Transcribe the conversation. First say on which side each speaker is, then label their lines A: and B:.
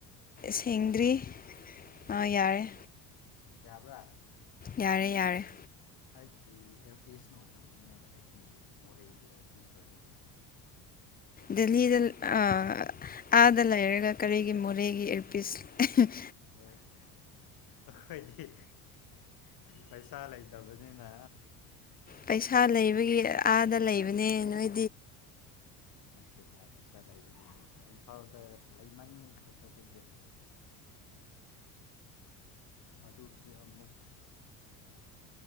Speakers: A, on the left; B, on the left.
A: ꯁꯦꯡꯗ꯭ꯔꯤ ꯑ ꯌꯥꯔꯦ
B: ꯌꯥꯕ꯭ꯔꯥ
A: ꯌꯥꯔꯦ ꯌꯥꯔꯦ
B: ꯑꯩꯀꯤ ꯏꯌꯥꯔꯄꯤꯁꯅ ꯑꯣꯏꯔꯝꯅꯤꯕ ꯑꯩꯒꯤ ꯃꯣꯔꯦꯒꯤ ꯏꯌꯔꯄꯤꯁ ꯑꯣꯏꯕꯒꯤ
A: ꯗꯦꯜꯂꯤꯗ ꯑꯥ ꯑꯥꯗ ꯂꯩꯔꯒ ꯀꯔꯤꯒꯤ ꯃꯣꯔꯦꯒꯤ ꯑꯦꯔꯄꯤꯁ <unintelligible>
B: ꯑꯥ ꯑꯈꯣꯏꯗꯤ ꯄꯩꯁꯥ ꯂꯩ ꯗꯕꯅꯤꯅ
A: ꯄꯩꯁꯥ ꯂꯩꯕꯒꯤ ꯑꯥꯗ ꯂꯩꯕꯅꯦ ꯅꯣꯏ
B: ꯅꯠꯇꯦ ꯊꯄꯤꯁ <unintelligible> ꯂꯩꯕꯒꯤ ꯑꯗꯨꯗ ꯏꯝꯐꯥꯜꯗ ꯂꯩꯃꯟꯈ꯭ꯔꯄ ꯗꯨꯒꯤ ꯑꯗꯨꯒꯤ ꯑꯃꯨꯛ